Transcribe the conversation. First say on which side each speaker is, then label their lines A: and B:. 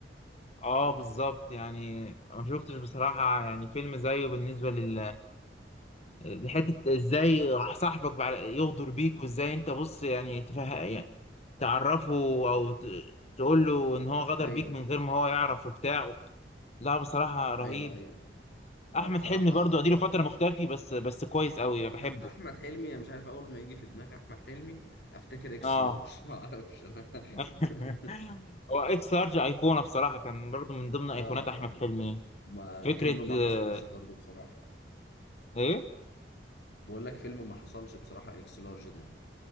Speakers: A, on the left; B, on the left.
A: اه بالظبط يعني ما شفتش بصراحه يعني فيلم زيه بالنسبه لل لحته ازاي صاحبك بعد- يغدر بيك وازاي انت بص يعني تفه... يعني تعرفه او ت... تقول له ان هو غدر
B: ايوه
A: بيك من غير ما هو يعرف وبتاع لا بصراحه رهيب
B: ايوه ايوه هو
A: احمد
B: بصراحة
A: حلمي برضو اديله فتره مختفي بس بس كويس قوي
B: <laughs>
A: بحبه
B: احمد حلمي مش عارف اول ما يجي في دماغي احمد حلمي افتكر اكس
A: اه
B: لارج <laughs> ما اعرفش انا
A: <laughs>
B: <laughs>
A: هو اكس لارج ايقونه بصراحه كان برضو من ضمن ايقونات
B: اه يعني
A: احمد حلمي
B: ما
A: فكره
B: فيلم ما
A: آه،
B: حصلش برضو بصراحة
A: ايه
B: بقول لك فيلم ما حصلش بصراحة اكس لارج ده